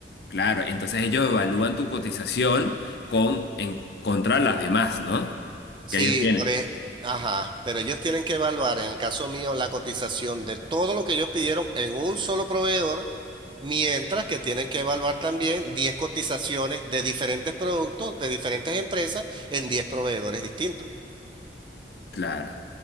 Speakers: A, on the left; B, on the right.
A: Claro, entonces ellos evalúan tu cotización con, en, contra las demás, ¿no?
B: Sí,
A: Que ellos tienen.
B: por e- ajá, pero ellos tienen que evaluar, en el caso mío, la cotización de todo lo que ellos pidieron en un solo proveedor, mientras que tienen que evaluar también diez cotizaciones de diferentes productos, de diferentes empresas, en 10 proveedores distintos.
A: Claro,